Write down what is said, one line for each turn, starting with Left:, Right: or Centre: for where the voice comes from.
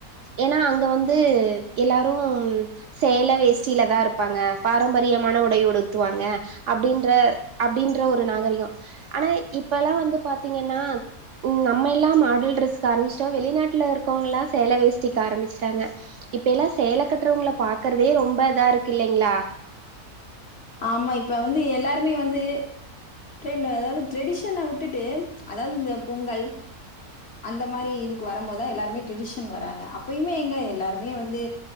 Right: ஏன்னா அங்க வந்து எல்லாரு சேல வேஷ்டில தா இருப்பாங்க பாரம்பரியமான உடை உடுத்துவாங்க அப்டின்ற அப்டின்ற ஒரு நாகரிகோ ஆனா இப்ப எல்லா வந்து பாத்திங்கன்னா ம் நம்ம எல்லா மாடல் ட்ரெஸ்க்கு ஆரமிச்ட்டோ வெளிநாட்ல இருக்கவங்கலா சேல வேஷ்டிக்கு ஆரம்மிச்ட்டாங்க இப்பெல்லா சேல கட்டுறவங்கள பாக்றதே ரொம்ப இதா இருக்கு இல்லைங்ளா
Left: ஆமா இப்ப வந்து எல்லாருமே வந்து ட்ரே அதாவது ட்ரெடிஷன விட்டுட்டு அதாவது இந்த பொங்கல் அந்த மாரி இதுக்கு வரம்போதா எல்லாருமே ட்ரெடிஷன் வராங்க அப்பயுமே எங்க எல்லாருமே வந்து